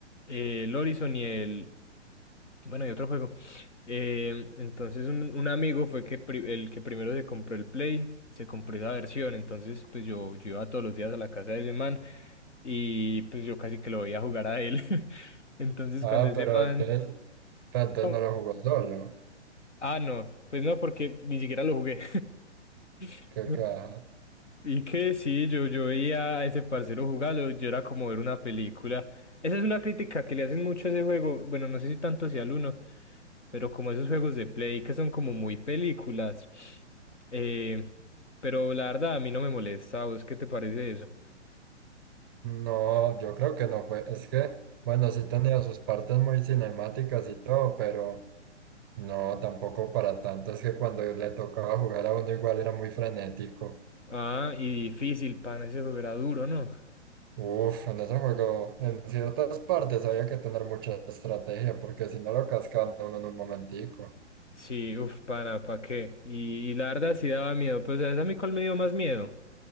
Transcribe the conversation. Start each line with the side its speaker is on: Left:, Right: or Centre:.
Left: eh, el Horizon y el, bueno, y otro juego. Eh, entonces un, un amigo fue que pri- el que primero se compró el Play, se compró esa versión, entonces pues yo, yo iba todos los días a la casa de ese man y pues yo casi que lo veía jugar a él. <laughs> Entonces
Right: Ah,
Left: cuando ese
Right: pero
Left: man...
Right: entonces, pero entonces
Left: no,
Right: no lo jugó solo.
Left: Ah, no, pues no, porque ni siquiera lo jugué. <laughs>
Right: Que ca-
Left: Y que sí, yo, yo veía a ese parcero jugarlo, yo era como ver una película. Esa es una crítica que le hacen mucho a ese juego, bueno, no sé si tanto sea al uno Pero como esos juegos de Play que son como muy películas. Eh, pero la verdad a mí no me molesta. ¿Vos qué te parece eso?
Right: No, yo creo que no fue. Es que, bueno, sí tenía sus partes muy cinemáticas y todo, pero no, tampoco para tanto. Es que cuando le tocaba jugar a uno igual era muy frenético.
Left: Ah, y difícil, pana, ese juego era duro, ¿no?
Right: Uf, en ese juego, en ciertas partes había que tener mucha estrategia, porque si no lo cascaban a uno en un momentico.
Left: Sí, uff, pana, ¿pa' qué? Y, y la verdad sí daba miedo. Pues, ¿sabes a mí cuál me dio más miedo?